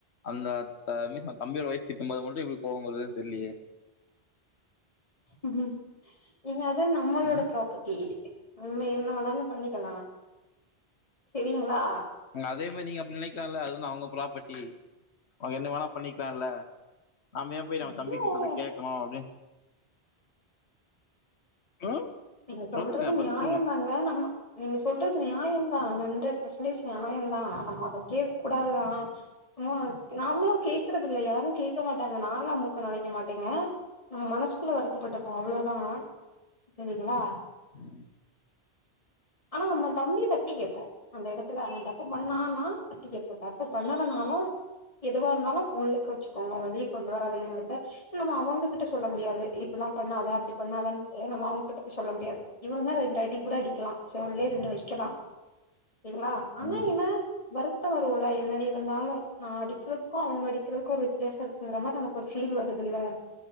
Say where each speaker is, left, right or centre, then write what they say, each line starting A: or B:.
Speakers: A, on the left; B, on the left.
A: அந்த <unintelligible> தம்பியோட ஒய்ஃப் திட்டும்போது மட்டும் இவங்களுக்கு கோவ வருதுனு தெர்லையே
B: ம் ஏங்க அது நம்மளோட
A: ம்
B: ப்ராப்பர்ட்டி நம்ம என்ன வேணாலு பண்ணிக்கலா செரிங்ளா
A: ம்‌ அதே மாரி நீங்க அப்டி நினைக்கலாம்ல அது வந்து அவங்க ப்ராப்பர்ட்டி அவங்க என்ன வேணா பண்ணிக்கலால நாம ஏன் போய் நம்ம
B: இது
A: தம்பி திட்ரத கேக்கணு அப்டின் ம்
B: நீங்க சொல்றது
A: சொல்லுங்க பதில்
B: நியாயந்தா
A: சொல்லுங்க.
B: ங்க நம்ம நீங்க சொல்றது நியாயந்தா ஹண்ரட் பர்சன்டேஜ் நியாயந்தா நம்ம அத கே கூடாதுதா மோ நாமளும் கேக்குறது இல்ல யாரும் கேட்க மாட்டாங்க நாலா மூக்க நுழைக்க மாட்டேங்க நம்ம மனசுக்குள்ள வருத்தப்பட்டுப்போ அவ்ளோதா செரிங்களா
A: <unintelligible>
B: ஆனா நம்ம தம்பி தட்டி கேட்போ அந்த எடத்துல அவன் தப்பு பண்ணான்னா தட்டி கேப்பே தப்பு பண்ணலனாலு எதுவாருந்தாலும் உள்ளுக்கு வச்சுக்கோங்க வெளிய கொண்டு வராதிங்கத நம்ம அவங்ககிட்ட சொல்ல முடியாது இப்புல்லா பண்ணாத அப்டி பண்ணாதன்ட்டு நம்மள‌ அவங் கிட்ட போய் சொல்லமுடியாது இவன்னா ரெண்டு அடி கூட அடிக்கலா செவில்லயே ரெண்டு வக் களா சேரிங்களா ஆனா
A: ம்
B: என்ன வருத்த வரும்ல என்ன இருந்தாலு நா அடிக்கிறக்கு அவுங்க அடிக்கிறக்கு ஒரு வித்தியாசருக் குன்ற மாரி நமக்கு ஒரு ஃபீல் வருதுல்ல